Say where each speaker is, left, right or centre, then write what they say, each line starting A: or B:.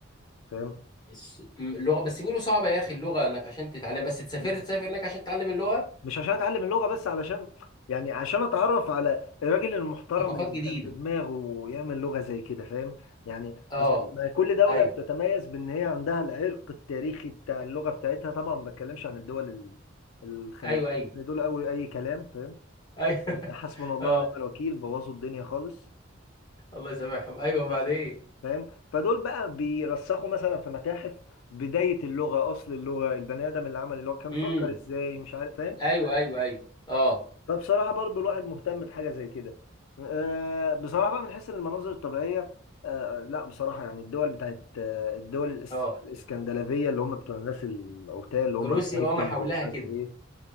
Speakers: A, on the left; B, on the left.
A: فاهم
B: الس- م- اللغه بس بيقولوا صعبه يا اخي اللغه انك عشان تتعلم بس تسافر
A: بس
B: تسافر هناك عشان تتعلم اللغه
A: مش عشان اتعلم اللغه بس علشان يعني عشان اتعرف على الراجل المحترم
B: ثقافات
A: اللي
B: جديده
A: كان في دماغه ويعمل لغه زي كده فاهم يعني
B: اه
A: أصل ما كل دوله
B: ايوه
A: بتتميز بان هي عندها العرق التاريخي بتاع اللغه بتاعتها طبعا ما بتكلمش عن الدول ال- الخليجيه
B: ايوه ايوه
A: ان دول اول اي كلام فاهم
B: ايوه
A: يعني حسبنا
B: <laughs>
A: الله
B: اه
A: ونعم الوكيل بوظوا الدنيا خالص
B: الله يسامحهم ايوه وبعدين
A: بس فاهم فدول بقى بيرسخوا مثلا في متاحف بدايه اللغه اصل اللغه البني ادم اللي عمل اللغه كان بيفكر
B: امم
A: ازاي مش عارف فاهم
B: ايوه ايوه ايوه اه
A: فبصراحة برضو الواحد مهتم بحاجة زي كده آه، بصراحة بقى من حيث المناظر الطبيعية آه، لا بصراحة يعني الدول بتاعت آه، الدول الاس-
B: اه
A: الاسكندنافية اللي هم بتوع الناس الأوتال اللي هم
B: روسيا
A: الفايكنج
B: وما حولها
A: ومش عارف
B: كده
A: ايه